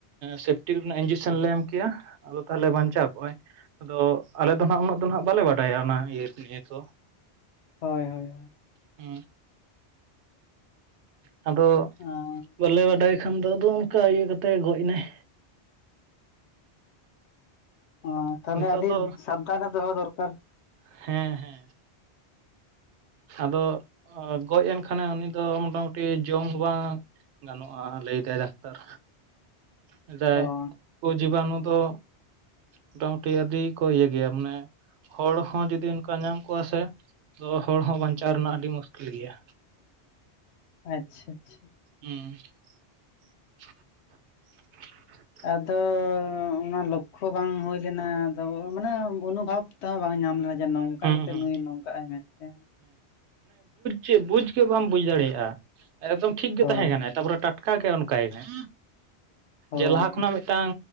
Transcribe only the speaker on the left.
ᱦᱳᱭ ᱦᱳᱭ
<unintelligible>
ᱚ ᱛᱟᱦᱚᱞᱮ
ᱟᱹᱰᱤ
ᱥᱟᱵᱫᱟᱱᱮ ᱫᱚᱦᱚ ᱫᱚᱨᱠᱟᱨ,
ᱚ
ᱟᱪᱪᱷᱟ ᱟᱪᱪᱷᱟ
ᱟᱫᱚ ᱚᱱᱟ ᱞᱚᱠᱠᱷᱚ ᱵᱟᱝ ᱦᱩᱭ ᱞᱮᱱᱟ ᱟᱫᱚ ᱢᱟᱱᱮ ᱚᱱᱩᱵᱷᱷᱟᱵ ᱛᱮᱦᱚᱸ ᱵᱟᱝ ᱧᱟᱢ ᱞᱮᱱᱟ ᱡᱮ ᱱᱚᱝᱠᱟ
ᱠᱟᱛᱮ
ᱱᱩᱭ ᱱᱚᱝᱠᱟᱜ ᱟᱭ ᱢᱮᱱᱛᱮ᱾
ᱦᱳᱭ
ᱦᱳᱭ